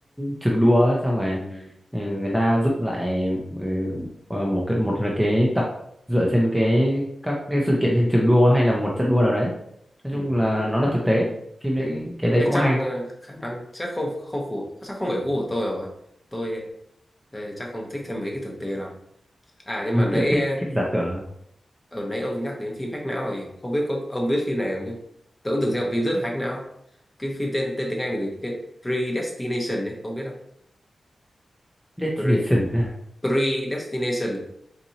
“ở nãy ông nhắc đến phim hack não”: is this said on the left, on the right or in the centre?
Left